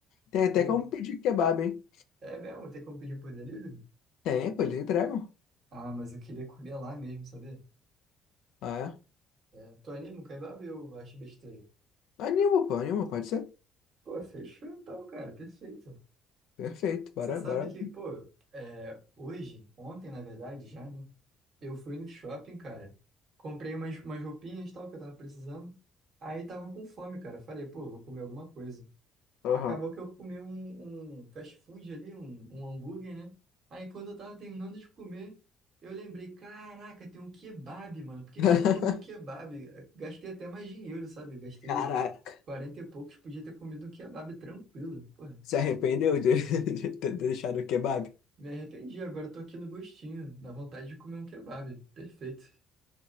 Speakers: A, on the left (about 75°); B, on the right (about 55°).
A: Tem até
B: Pô,
A: como pedir kebab, hein?
B: é mesmo, tem como pedir por delivery?
A: Tem, pô, eles entregam.
B: Ah, mas eu queria comer lá mesmo, sabia?
A: Ah, é.
B: É, tu anima um kebab ou eu acho besteira?
A: Anima, pô, anima, pode ser.
B: Pô, fechou então, cara, perfeito.
A: Perfeito, bora,
B: Você sabe
A: bora.
B: que, pô, É, Hoje, ontem, na verdade, já, né? Eu fui no shopping, cara. Comprei umas, umas roupinhas e tal que eu tava precisando. Aí tava com fome, cara. Falei, pô, vou comer alguma coisa.
A: Aham.
B: Acabou que eu comi um, um fast food ali, um, um hambúrguer, né? Aí quando eu tava terminando de comer, eu lembrei, caraca, tem um kebab, mano. Por que
A: <laughs>
B: que eu não comi o kebab? Gastei até mais dinheiro, sabe? Gastei
A: Caraca,
B: 40 e poucos, podia ter comido o kebab tranquilo. Pô,
A: se arrependeu de, <laughs> de ter deixado o kebab?
B: Me arrependi, agora eu tô aqui no gostinho, na vontade de comer um kebab. Perfeito.